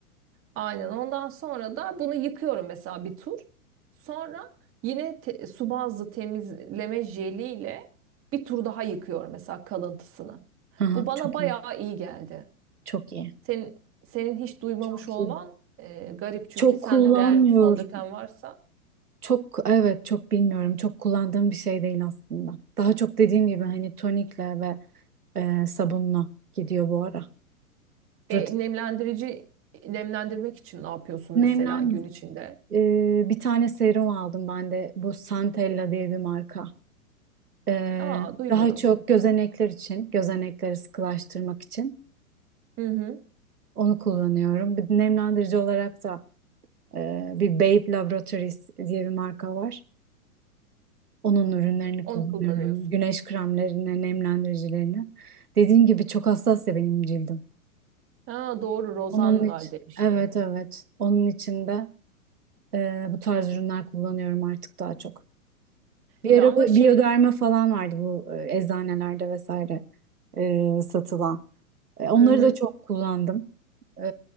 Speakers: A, on the right; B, on the right.
A: Aynen ondan sonra da bunu yıkıyorum mesela bir tur. Sonra yine te- su bazlı temizleme jeliyle bir tur daha yıkıyorum mesela kalıntısını.
B: Hı hı.
A: Bu bana
B: Çok
A: bayağı
B: iyi.
A: iyi geldi.
B: Çok iyi.
A: Senin, senin hiç duymamış
B: Çok
A: olman
B: iyi.
A: e, garip çünkü
B: Çok
A: sende
B: kullanmıyorum.
A: de eğer fondöten varsa
B: Çok evet çok bilmiyorum. Çok kullandığım bir şey değil aslında. Daha çok dediğim gibi hani tonikle ve e, sabunla gidiyor bu ara.
A: e,
B: Rutin
A: nemlendirici nemlendirmek için ne yapıyorsun
B: nemlen
A: mesela gün içinde?
B: e, bir tane serum aldım ben de. Bu Santella diye bir marka. E,
A: Aa duymadım.
B: daha çok gözenekler için, gözenekleri sıkılaştırmak için
A: Hı hı.
B: onu kullanıyorum. Bir nemlendirici olarak da e, bir Babe Laboratories diye bir marka var. Onun ürünlerini
A: Onu
B: kullanıyorum.
A: kullanıyorsun.
B: Güneş kremlerini, nemlendiricilerini. Dediğim gibi çok hassas ya benim cildim.
A: Ha doğru rozan
B: Onun için,
A: var demiştin.
B: evet evet. Onun için de e, bu tarz ürünler kullanıyorum artık daha çok. Bir
A: Ya
B: ara
A: ama
B: bu
A: şey
B: biyoderma falan vardı bu e, eczanelerde vesaire e, satılan. E, onları
A: hı hı.
B: da çok kullandım. E,